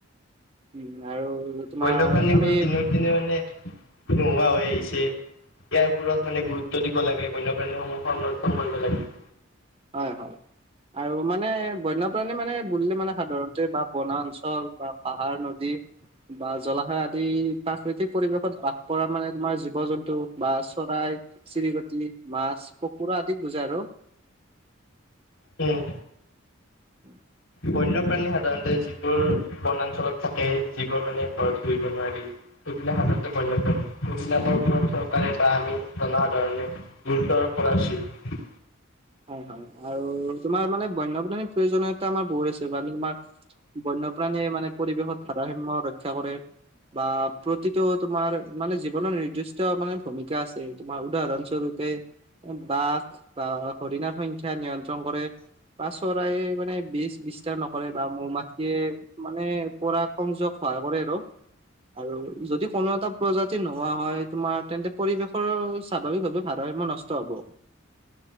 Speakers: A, on the right; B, on the left.
A: উম, আৰু তোমাৰ
B: বন্যপ্ৰাণীবোৰৰ
A: আমি
B: মানে, দিনক দিনে মানে নোহোৱা হৈ আহিছে। ইয়াৰ ওপৰত মানে গুৰুত্ব দিব লাগে, বন্যপ্ৰাণীসমূহ সংৰক্ষণ কৰিব লাগে।
A: হয়, হয়। আৰু মানে বন্যপ্ৰাণী মানে বুলিলে, মানে সাধাৰণতে বা বনাঞ্চল বা পাহাৰ নদী। বা জলাশয় আদি। প্ৰাকৃতিক পৰিৱেশত বাস কৰা মানে, তোমাৰ জীৱ-জন্তু বা চৰাই-চিৰিকটি। মা, কুকুৰা আদিক বুজাই আৰু।
B: উম,
A: উম <unintelligible>
B: বন্যপ্ৰাণী সাধাৰণতে যিবোৰ বনাঞ্চলত থাকে যিবোৰ মানে ঘৰত পুহিব নোৱাৰি সেইবিলাক সাধাৰণতে বণ্যপ্ৰানী। সেইবিলাকৰ ওপৰততো পাৰে বা আমি জনসাধাৰণে গুৰুত্ব আৰোপ কৰা উচিত
A: হয় হয় আৰু তোমাৰ মানে বন্যপ্ৰাণীৰ প্ৰয়োজনীয়তা আমাক বহু বেছি হব আমি তোমাৰ বন্যপ্ৰাণীয়ে মানে পৰিৱেশত ভাৰসাম্য ৰক্ষা কৰে বা প্ৰতিটো তোমাৰ মানে জীৱনৰ নিৰ্দিষ্ট মানে ভূমিকা আছে। তোমাৰ উদাহৰণস্বৰূপে বাঘ বা হৰিণাৰ সংখ্যা নিয়ন্ত্ৰণ কৰে। বা চৰায়ে মানে বিচ বিস্তাৰ নকৰে বা মৌ মাখিয়ে মানে পৰা সংযোগ সহায় কৰে আৰু আৰু যদি কোনো এটা প্ৰজাতি নোহোৱা হয় তোমাৰ তেন্তে পৰিৱেশৰ স্বাভাৱিকভাৱে ভাৰসাম্য নচ ষ্ট হ'ব।